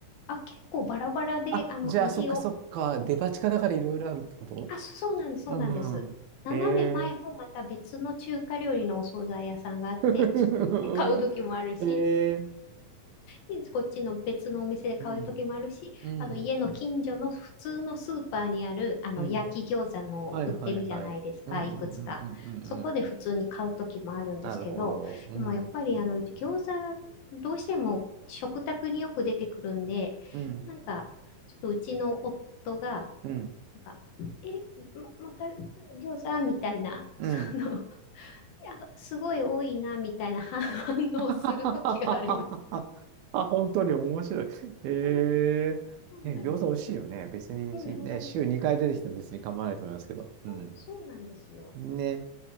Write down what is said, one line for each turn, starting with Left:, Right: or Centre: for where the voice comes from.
Left: あ、結構バラバラで、
Right: あ、
Left: あの、
Right: じゃあ、
Left: 味を
Right: そっかそっか。デパ地下だからいろいろあるってこと
Left: あ、そそうなんです、そうなんです。
Right: うんうん。
Left: 斜め前もまた別の中華料理のお惣菜屋さんがあって、
Right: えー。
Left: そこで買う時もあるし、
Right: <laughs> えー。
Left: で、こっちの別のお店で買う時もあるし、
Right: うん、うん、
Left: あと家の近所の普通のスーパーにある、あの、
Right: うん。
Left: 焼き餃子の売ってるじゃないですか、
Right: はいはいはい。うん、
Left: いくつか。
Right: うん、うん、うん、うん。
Left: そこで普通に買う時もあるんですけど、
Right: うんなるほど。うん。
Left: でもやっぱりあの、餃子、どうしても食卓によく出てくるんで、
Right: うん。
Left: なんか、ちょっとうちの夫が、
Right: うん。
Left: なんか、え、ま、また餃子みたいな、<laughs>
Right: うん。
Left: その、いや、すごい多いな、みたいな <laughs> 反反応する時があります。
Right: <laughs> ははははははあ、本当に面白い。え
Left: うん、そうなんです。
Right: えね、餃子美味しいよね。別に一、
Left: うん、餃子美味しい。
Right: ね、週2回出てきても別に構わないと思いますけど。うん。
Left: そう、そうなんですよ。
Right: ね。